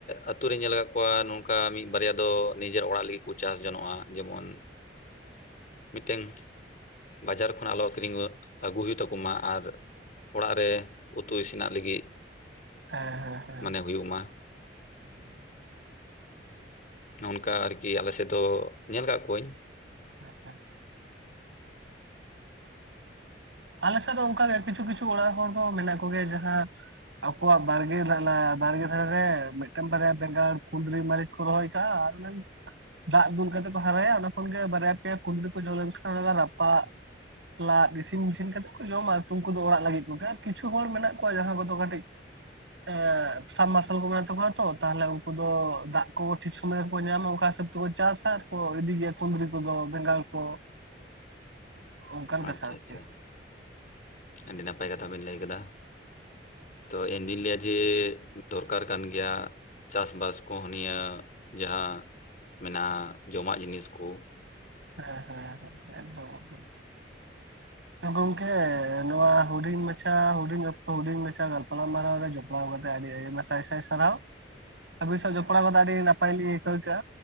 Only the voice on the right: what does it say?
<inaudible>
ᱦᱮᱸ ᱦᱮᱸ ᱦᱮᱸ
<inaudible>
ᱟᱪᱪᱷᱟ ᱟᱞᱮᱥᱮᱫ ᱫᱚ ᱚᱱᱠᱟᱜᱮ ᱠᱤᱪᱷᱩ ᱠᱤᱪᱷᱩ ᱚᱲᱟᱜ ᱦᱚᱲ ᱫᱚ ᱢᱮᱱᱟᱜ ᱠᱚᱜᱮᱭᱟ ᱡᱟᱦᱟᱸ ᱟᱠᱚᱣᱟᱜ ᱵᱟᱲᱜᱮ ᱵᱟᱲᱜᱮ ᱫᱷᱟᱨᱮ ᱨᱮ ᱢᱤᱫᱴᱮᱱ ᱵᱟᱨᱭᱟ ᱵᱮᱸᱜᱟᱲ ᱠᱩᱫᱽᱨᱤ ᱢᱟᱹᱨᱤᱪ ᱠᱚ ᱨᱚᱦᱚᱭᱠᱟᱜᱼᱟ ᱟᱨ ᱚᱱᱟ ᱜᱮ ᱫᱟᱜ ᱫᱩᱞ ᱠᱟᱛᱮ ᱠᱚ ᱦᱟᱨᱟᱭᱟ ᱚᱱᱟ ᱠᱷᱚᱱ ᱜᱮ ᱵᱟᱨᱭᱟ ᱯᱮᱭᱟ ᱠᱩᱸᱫᱽᱤ ᱠᱚ ᱡᱚᱢ ᱞᱮᱱᱠᱷᱟᱱ ᱚᱱᱟ ᱨᱟᱯᱟᱜ ᱞᱟᱫ ᱤᱥᱤᱱ ᱢᱤᱥᱤᱱ ᱠᱟᱛᱮᱫ ᱠᱚ ᱡᱚᱢᱟ ᱩᱱᱠᱩ ᱫᱚ ᱚᱲᱟᱜ ᱞᱟᱹᱜᱤᱫ ᱠᱚᱜᱮ ᱟᱨ ᱠᱤᱪᱷᱩ ᱦᱚᱲ ᱢᱮᱱᱟᱜ ᱠᱚᱣᱟ ᱡᱟᱦᱟᱸ ᱠᱚᱫᱚ ᱠᱟᱹᱴᱤᱡ ᱮ ᱥᱟᱢ ᱢᱟᱨᱟᱨᱥᱟᱞ ᱠᱚ ᱢᱮᱱᱟᱜ ᱛᱟᱠᱚᱣᱟ ᱛᱚ ᱛᱟᱦᱞᱮ ᱩᱱᱠᱩ ᱫᱚ ᱫᱟᱜ ᱠᱚ ᱴᱷᱤᱠ ᱥᱩᱚᱢᱚᱭ ᱨᱮᱠᱚ ᱧᱟᱢᱟ ᱚᱱᱠᱟ ᱥᱩᱥᱟᱹᱵ ᱠᱚ ᱪᱟᱥᱟ ᱟᱨᱠᱚ ᱤᱫᱤ ᱜᱮᱭᱟ ᱠᱩᱸᱫᱽᱨᱤ ᱠᱚᱫᱚ ᱵᱮᱸᱜᱟᱲ ᱠᱚ ᱚᱱᱠᱟᱱ ᱠᱟᱛᱷᱟ
ᱟᱨᱠᱤ
ᱦᱮᱸ ᱦᱮᱸ ᱦᱮᱸ ᱮᱠᱫᱚᱢ ᱮᱠᱫᱚᱢ ᱛᱚ ᱜᱚᱝᱠᱮ ᱱᱚᱣᱟ ᱦᱩᱰᱤᱧ ᱢᱟᱪᱷᱟ ᱦᱩᱰᱤᱧ ᱚᱠᱛᱚ ᱦᱩᱰᱤᱧ ᱢᱟᱪᱷᱟ ᱜᱟᱞᱯᱟᱞᱣ ᱢᱟᱨᱟᱣ ᱨᱮ ᱡᱚᱢ ᱡᱚᱯᱲᱟᱣ ᱠᱟᱛᱮ ᱟᱹᱰᱤ ᱟᱭᱢᱟ ᱥᱟᱭ ᱥᱟᱭ ᱥᱟᱨᱦᱟᱣ ᱟᱹᱵᱤᱱ ᱥᱟᱶ ᱡᱚᱯᱲᱟᱣ ᱠᱟᱛᱮ ᱟᱹᱰᱤ ᱱᱟᱯᱟᱭ ᱞᱤᱧ ᱟᱹᱭᱠᱟᱹᱣ ᱠᱮᱜᱼᱟ